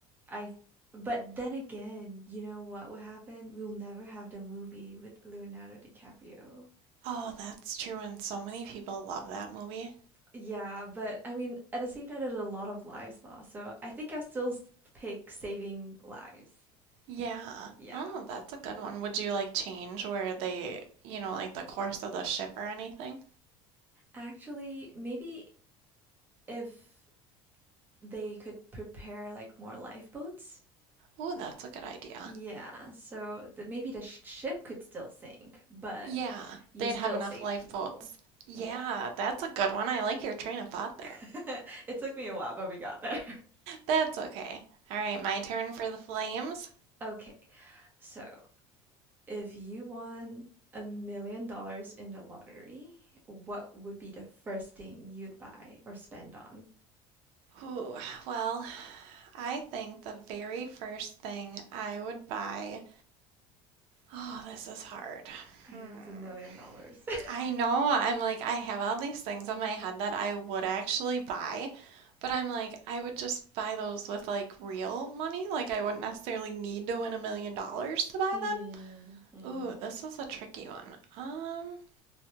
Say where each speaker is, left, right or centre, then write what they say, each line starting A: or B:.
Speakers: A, on the right; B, on the right.
A: I but then again, you know what would happen? We'll never have the movie with Leonardo DiCaprio.
B: Oh, that's true. And so many
A: S-
B: people love that movie.
A: Yeah, but I mean, at the same time, there's a lot of lives lost. So I think I'll still s- pick saving lives.
B: Yeah.
A: Yeah.
B: Oh, that's a good one. Would you like change where they, you know, like the course of the ship or anything?
A: Actually, maybe if they could prepare like more lifeboats.
B: Ooh, that's a good idea.
A: Yeah, so the, maybe the sh- ship could still sink, but
B: Yeah,
A: you
B: they'd
A: still
B: have enough
A: save
B: lifeboats.
A: people.
B: Yeah,
A: Yeah.
B: that's a good one. I like your train of thought
A: <laughs>
B: there.
A: it took me a while, but we got there.
B: That's okay. All right, my turn for the flames.
A: <laughs> okay, so if you won a million dollars in the lottery, what would be the first thing you'd buy or spend on?
B: Ooh, well, I think the very first thing I would buy. Oh, this is hard.
A: I
B: Hmm.
A: know it's a million dollars. <laughs>
B: I know I'm like, I have all these things in my head that I would actually buy, but I'm like, I would just buy those with like real money. Like, I wouldn't necessarily need to win a million dollars to buy
A: hmm
B: them. Ooh, this is a tricky one. Um,